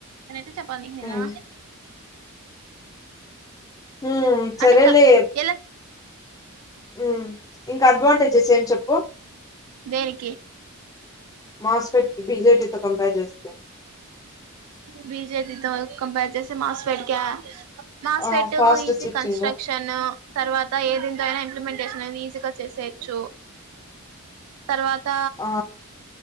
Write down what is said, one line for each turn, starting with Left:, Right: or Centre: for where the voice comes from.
Right: ఏట చెప్పాలా నికి నేను
Left: మ్మ్. హుమ్ సరేలే
Right: అంటే క ఎలా
Left: హ్మ్. ఇంకా అడ్వాంటేజెస్ ఏం చెప్పు
Right: బేరి
Left: మాస్‌ఫెట్ బీజేటీ కంపేర్ చేస
Right: బీజేటీతో కంపేర్ చేసి మాస్‌ఫెట్ క MOSFET
Left: ఆ fast
Right: easy
Left: switching
Right: construction తర్వాత ఏదింతో అయినా ఇంప్లిమెంటేషన్ అనేది ఈజీగా చేసేయొచ్చు తర్వాత
Left: ఆ